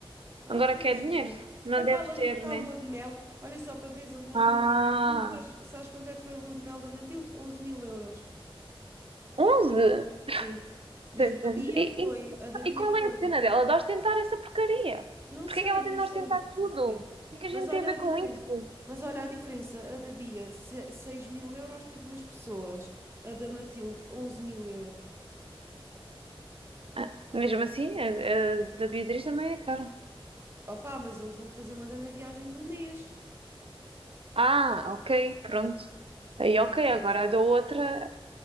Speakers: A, on the right; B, on the right.
A: Ah,
B: Agora
A: pois,
B: quer
A: mas ganha.
B: dinheiro. Não
A: É para
B: deve
A: a lua,
B: ter,
A: para
B: né?
A: a lua de mel. Olha só para veres a lua
B: Ah,
A: de mel. da Matilde. Sabes, sabes quanto é que foi a lua de mel da Matilde? Onze mil euros.
B: 11?
A: Sim. E
B: Exatamente.
A: a da Bia
B: E,
A: foi.
B: e,
A: A da Bia
B: e qual é
A: foi.
B: a cena dela? De ostentar essa porcaria?
A: Não
B: Porquê
A: sei,
B: é que ela
A: não
B: tem de
A: sei,
B: ostentar tudo?
A: não sei.
B: O que é que a
A: Mas
B: gente
A: olha
B: tem a ver
A: a diferença.
B: com isso?
A: Mas olha a diferença. A da Bia, se- seis mil euros para duas pessoas. A da Matilde, onze mil euros.
B: Ah, mesmo assim, a, a da Beatriz também é cara.
A: Opa, mas eles vão fazer uma grande viagem de um mês.
B: Ah, ok, pronto. Aí, ok, agora a da outra.